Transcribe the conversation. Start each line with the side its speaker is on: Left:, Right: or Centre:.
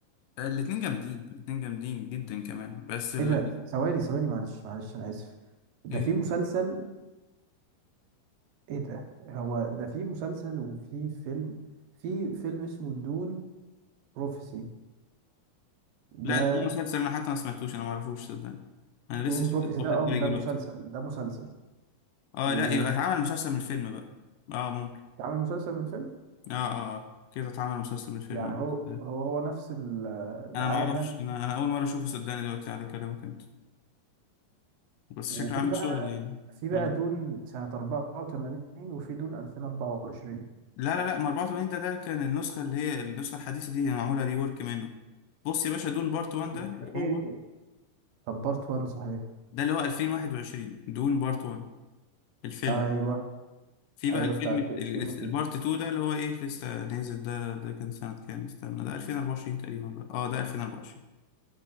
Left: الاتنين جامدين الاتنين جامدين جدا كمان بس ال...
Right: ايه ده ثواني ثواني معلش معلش انا اسف ده
Left: إيه.
Right: في مسلسل ايه ده هو ده في مسلسل وفي فيلم في فيلم اسمه دون بروفيسي
Left: لا
Right: ده
Left: ده ليه مسلسل انا حتى ما سمعتوش انا ما اعرفوش صدقني انا
Right: دون
Left: لسه ش-
Right: بروفيسي
Left: واخد
Right: ده اه
Left: بالي
Right: ده مسلسل
Left: دلوقتي
Right: ده مسلسل
Left: اه
Right: واتعمل
Left: لا يبقى اتعمل مسلسل من الفيلم بقى اه ممكن
Right: مسلسل من الفيلم
Left: اه اه آه. كده اتعمل مسلسل من الفيلم
Right: يعني هو
Left: آه.
Right: هو هو نفس ال- العالم
Left: انا ما اعرفش
Right: يعني
Left: انا انا اول مره اشوفه صدقني دلوقتي على كلامك انت بس
Right: وفي
Left: شكله عامل
Right: بقى
Left: شغل يعني
Right: في بقى
Left: اه
Right: دون سنة 84 وفي دون 2024
Left: لا لا لا ما 84 ده ده كان النسخة اللي هي النسخة الحديثة دي هي معمولة ريورك منه بص يا باشا دون بارت 1 ده
Right: اوكي
Left: اللي هو
Right: طب بارت 1 صحيح
Left: ده اللي هو 2021 دون بارت 1 الفيلم
Right: ايوه
Left: في
Right: ايوه
Left: بقى الفيلم
Right: بتاعت
Left: ال-
Right: تيموثي
Left: البارت 2 ده اللي هو ايه لسه نازل ده ده كان سنة كام استنى ده 2024 تقريبا بقى اه ده 2024